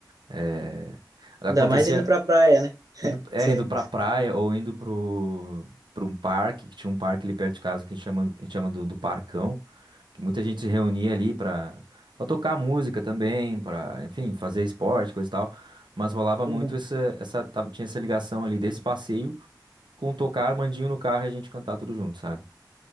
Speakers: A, on the right; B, on the right.
A: é, acontecia
B: Ainda mais indo pra praia, né?
A: indo, é,
B: Sei.
A: indo pra praia ou indo pro, pro um parque, que tinha um parque ali perto de casa que chama, a gente chama do, do Parcão, que muita gente se reunia ali pra, pra tocar música também, pra, enfim, fazer esporte, coisa e tal. Mas rolava
B: Uhum.
A: muito essa, essa, tava- tinha essa ligação ali desse passeio com tocar Armandinho no carro e a gente cantar tudo junto, sabe?